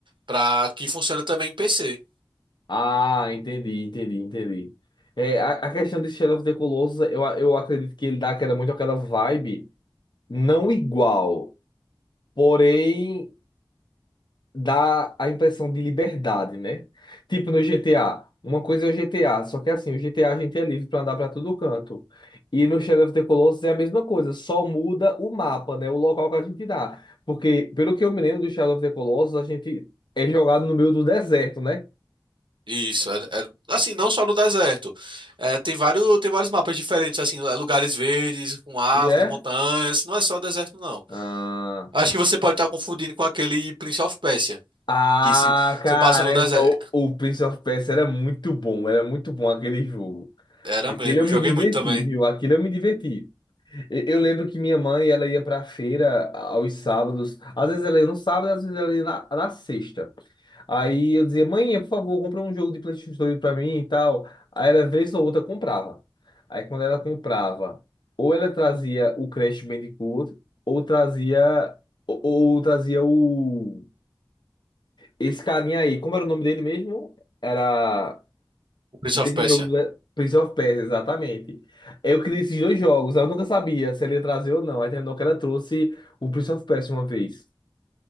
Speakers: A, on the right; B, on the left.
A: Pra que funciona também em PC.
B: Ah, entendi, entendi, entendi. É, a, a questão de Shadow of the Colossus, eu, a- eu acredito que ele dá aquela, muito aquela vibe, não igual, porém dá a impressão de liberdade, né? Tipo no GTA. Uma coisa é o GTA, só que assim, o GTA a a gente é livre pra andar pra todo canto. E no Shadow of the Colossus é a mesma coisa, só muda o mapa, né? O local que a gente dá. Porque, pelo que eu me lembro do Shadow of the Colossus, a gente é jogado no meio do deserto, né?
A: Isso, é, é- assim, não só no deserto. É, tem vários, tem vários mapas diferentes, assim, é, lugares verdes, com árvores,
B: E é.
A: montanhas. Não é só deserto, não.
B: Ah.
A: Acho que você pode estar confundindo com aquele Prince of Persia.
B: Ah,
A: Que se
B: caramba,
A: você passa no deserto.
B: o, o Prince of Persia era muito bom, era muito bom aquele jogo.
A: Era
B: Aquele
A: mesmo,
B: eu
A: eu
B: me
A: joguei
B: diverti,
A: muito também.
B: viu? Aquele eu me diverti. E- Eu, lembro que minha mãe, ela ia pra feira aos sábados. Às vezes ela ia no sábado, às vezes ela ia na, na sexta. Aí eu dizia, mãe, por favor, compra um jogo de PlayStation 2 pra mim e tal. Aí ela, vez ou outra, comprava. Aí quando ela comprava, ou ela trazia o Crash Bandicoot, ou trazia, ou ou trazia o esse carinha aí, como era o nome dele mesmo? Era
A: O Prince
B: desse
A: of Persia.
B: jogo do Prince of Persia, exatamente. Eu queria esses dois jogos, eu nunca sabia se ele ia trazer ou não. Aí terminou que ela trouxe o Prince of Persia uma vez.